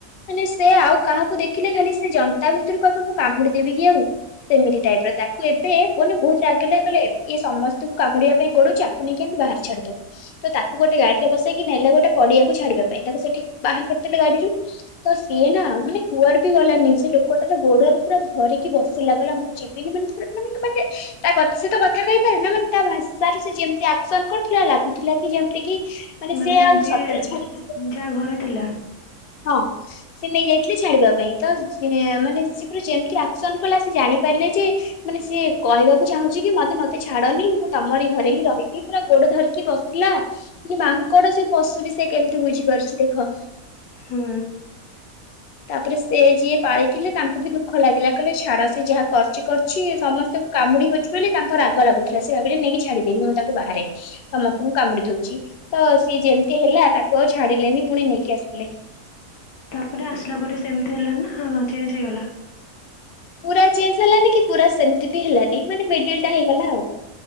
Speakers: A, on the left; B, on the left.
A: ମାନେ ସେ ଆଉ କାହାକୁ ଦେଖିଲେ ଖାଲି ସେ ଜ କଣ୍ଟା ଭିତରୁ କହିବେ ମୁଁ କାମୁଡ଼ି ଦେବି କି ଆଉ। ସେମିତି ଟାଇପର ତାକୁ ଏବେ ମାନେ ବହୁତ ରାଗ ଲାଗିଲେ ଇଏ କଲେ ଇଏ ସମସ୍ତଙ୍କୁ କାମୁଡିବା ପାଇଁ ଗୋଡଉଛିକୁ ନେଇକି ଆମେ ବାହାର ଛାଡିଦବୁ ତ ତାକୁ ଗୋଟେ ଗାଡିରେ ବସେଇକି ନେଲେ ଗୋଟେ ପଡିଆକୁ ଛାଡିବା ପାଇଁ ତାକୁ ସେଠି ବାହାର କରିଦଥିଲେ ଗାଡିରୁ ତ ସିଏ ନା ମାନେ କୁଆଡ ବି ଗଲାନି ସେ କଟରେ ଗୋଡଅରେ ପୁରା ଧରିକି ବସ ସେ ଲାଗିଲା ମୁଁ ଯିବିନି ମାନେୁରା ମାନେ-ମାନେ ତା ସହିତ କଥା କହିପାରେ ନା ମାନେ ତା ଭାଷାରୁ ସେ ଯେମତି କରୁଥିଲା ଲାଗୁଥିଲା କି ଯେମିତି କି
B: ମାନେ
A: ସେ ଆଉ
B: ଯିଏ
A: ସତରେ ଛାଡିକି
B: ଯାହା ଘରେ ଥିଲା।
A: ହଁ ସେ ନେଇ ଯାଇଥିଲେ ଛାଡିବା ପାଇଁ ତ ମାନେ ସେ ପୁରା ଯେମତି ଆକ୍ସନ କଲା ସେ ଜା ଲେ ଯେ ମାନେ ସେ କହିବାକୁ ଚାହୁଁଛି କି ମତେ ମତେ ଛାଡନି ମୁଁ ତମରି ଘରେ ହିଁ ରହିବି ପୁରା ଗଟ ଧରିକି ବସିଲା କି ମାଙ୍କଡ ସେ ପଶୁ ବି ସେ କେମିତି ବୁଝି ପାରୁଛି ଦେଖ
B: ହୁଁ।
A: ତାପରେ ସେ ଯିଏ ପାଳିଥିଲେ ତାଙ୍କୁ ବି ଦୁଃଖ ଲାଗିଲା କହିଲେ ଛାଡ ସେ ଯାହା କରଚ କରଛି ସମସ୍ତଙ୍କୁ କାମୁଡି ହଉଛି ବୋଲି ତାର ରାଗ ଲାଗୁଥିଲା ସେ ନେଇକି ଛାଡିଦେବି ମୁଁ ତାକୁ ବାହାରେ ସମସ୍ତଙ୍କୁ କାମୁଡି ଦଉଛି ତ ସିଏ ଯେମିତି ହେଲା ତାକୁ ଆଉ ଛାଡିଲେନି ପୁଣି ନେଇକି ଆସ
B: ତାପରେ ଆସିଲା ପରେ ସେମିତି ହେଲା ନା ଚେଞ୍ଜ ହେଇଗଲା।
A: ପୁର ଚେଞ୍ଜ ହେଲାନି କି ପୁର ସେମିତି ବି ହେଲାନୋ ମାନେ ମିଡିଲ ଟା ହେଇଗଲା ଆଉ।